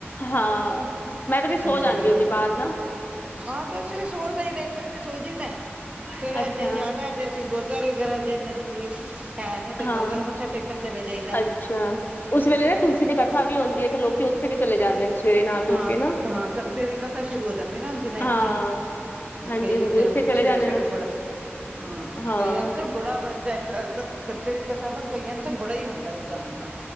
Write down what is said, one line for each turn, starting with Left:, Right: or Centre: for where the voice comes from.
Left: ਹਾਂ, ਮੈਂ ਤੇ ਫੇ ਸੋ ਜਾਂਦੀ
Right: ਸਹੀ ਹੋ
Left: ਓਦੇ ਬਾਦ ਨਾ
Right: ਹਾਂ ਤੇ ਸੋ ਜਾਈਦੈ ਇੱਕ ਵਾਰੀ ਤੇ ਸੋ ਜੀਦੈ, ਫੇਰ
Left: ਅੱਛਾ
Right: ਜੇ ਜਾਦੈ ਤੇ ਅਸੀ ਗੁਰਦੁਵਾਰਾ ਵਗੈਰਾ ਦੇ ਨਜ਼ਦੀਕ ਹੈ ਨੇ ਤੇ
Left: ਹਾਂ
Right: ਗੁਰਦੁਆਰੇ ਮੱਥਾ ਟੇਕਣ ਚਲੇ ਜਾਈਦਾ
Left: ਅੱਛਾ, ਉਸ ਵੇਲੇ ਨਾ ਤੁਲਸੀ ਦੀ ਕਥਾ ਵੀ ਹੁੰਦੀ ਏ ਤੇ ਲੋਕੀ ਵੀ ਚਲੇ ਜਾਂਦੇ ਨੇ ਸਵੇਰੇ ਨਹਾ ਧੋ
Right: ਹਾਂ-ਹਾਂ
Left: ਕੇ ਨਾ
Right: ਕੱਤੇ ਦੀ ਕਥਾ ਸ਼ੁਰੂ ਹੋ ਜਾਂਦੀ ਐ ਨਾ ਦਿਨੈ
Left: ਹਾਂ
Right: ਚ ਈ।
Left: ਹਾਂਜੀ
Right: ਕਈ
Left: ਹਾਂਜੀ ਉੱਥੇ
Right: ਤੇ
Left: ਚਲੇ
Right: ਸਵੇਰੇ-ਸਵੇਰੇ
Left: ਜਾਂਦੇ ਨੇ
Right: ਬੜਾ, ਹਾਂ
Left: ਹਾਂ
Right: ਕਈਆਂ ਨੂੰ ਤੇ ਬੜਾ ਵੈਸੇ ਕ ਕਤ ਕਤੇ ਦੀ ਕਥਾ ਤਾਂ ਕਈਆਂ ਨੂੰ ਤਾਂ ਬੜਾ ਈ ਹੁੰਦਾ ਜਾਣ ਵੇ ਦਾ